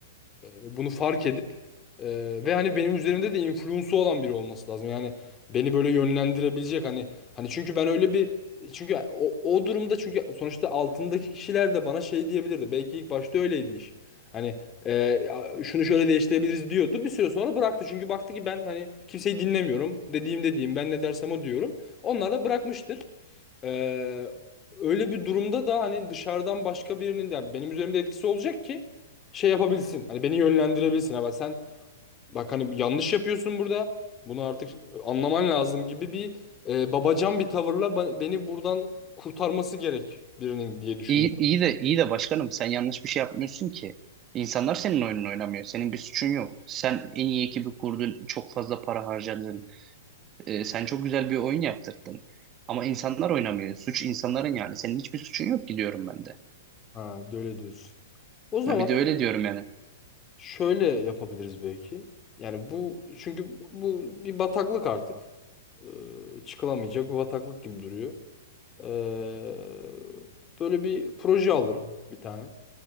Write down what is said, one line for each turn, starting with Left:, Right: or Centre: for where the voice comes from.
Left: bunu fark edip e, ve hani benim üzerimde de influence'u olan biri olması lazım yani beni böyle yönlendirebilecek hani hani çünkü ben öyle bir çünkü o, o durumda çünkü sonuçta altındaki kişiler de bana şey diyebilirdi. Belki ilk başta öyleydi iş. Hani e, şunu şöyle değiştirebiliriz diyordu. Bir süre sonra bıraktı. Çünkü baktı ki ben hani kimseyi dinlemiyorum. Dediğim dediğim ben ne dersem o diyorum. Onlar da bırakmıştır. E, öyle bir durumda da hani dışarıdan başka birinin yani benim üzerimde etkisi olacak ki şey yapabilsin. Hani beni yönlendirebilsin. Ama sen Bak hani yanlış yapıyorsun burada. Bunu artık anlaman lazım gibi bir e, babacan bir tavırla ba- beni buradan kurtarması gerek birinin diye düşünüyorum.
Right: İyi, iyi de iyi de başkanım sen yanlış bir şey yapmıyorsun ki. İnsanlar senin oyununu oynamıyor. Senin bir suçun yok. Sen en iyi ekibi kurdun, çok fazla para harcadın. e, sen çok güzel bir oyun yaptırdın. Ama insanlar oynamıyor. Suç insanların yani. Senin hiçbir suçun yok gidiyorum ben de.
Left: Ha, de öyle diyorsun. O zaman
Right: Ha, bir de öyle diyorum yani.
Left: şöyle yapabiliriz belki. Yani bu çünkü bu bir bataklık artık. Ee, çıkılamayacak bir bataklık gibi duruyor. Ee, böyle bir proje alırım bir tane.